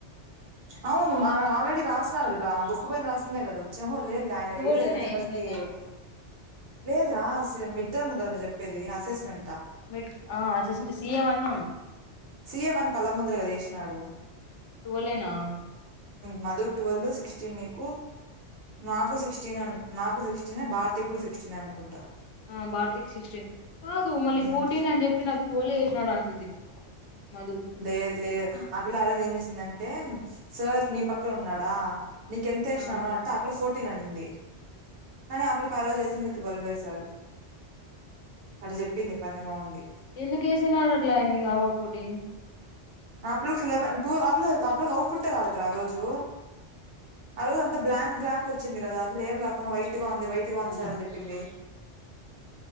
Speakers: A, on the right; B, on the left.
A: అవును మ ఆల్రెడీ రాసినన్నారు కదా ఆ బుక్ పయిన రాసిందే కదా వచ్చ వె ఆయన
B: టువెలేనా
A: వెయలేదు కదా ఎవ్వరికి
B: వేసినాయి దాంట్లో
A: లేదురా మిడ్ టర్మ్ గదా నేను్ చెప్పేది అసెస్మెంటా
B: మిడ్ అసెస్మెంటా సిఏ వన్
A: సీఏ వన్ కళ్ళ ముందరగా వెసినాడు
B: ట్వెల్వ్ నా
A: మధుక్ ట్వెల్ సిక్సటీన్ నీకు నాకు సిక్సటీన్ నాకు సిక్సటీన్ భారతీకి కూడా సిక్సటీన్ అనుకుంటా
B: ఆ భారతీక్ సిక్సటీన్ కాదు మళ్ళ
A: హ్మ్
B: ఫోర్టీన్ అని చెప్పి నాకు తోలి చేసినాడు అంటుంది మధు
A: లేదు లేదు ఆ పిల్ల ఆ రోజు ఏం చేసిందంటే సార్ నీ పక్కన ఉన్నాడా నీక ఎంత వేసినాను
B: ఆ
A: అంటే ఆపిల ఫోర్టీన్ అనింది కానీ ఆపిలకి ఆ రోజు వేసింది టువెల్వ్ వేశారు అటు చెప్పింది పందిమోగుంది
B: ఎందుకుసిన ఆడట్లా మీ ఆవకోటి
A: ఆప్పులకి లెవెన్ ఆప్పు ఆప్పుకి అవుట్ పట్టే రాలదురా ఆ రోజు ఆరోజు అంత బ్లాంక్ బ్లాంక్ కుర్చింది కదా అందులో ఏం రాకుండా వైట్గా ఉంది వైట్గా ఉంది
B: అవునా
A: సార్ని చెప్పింది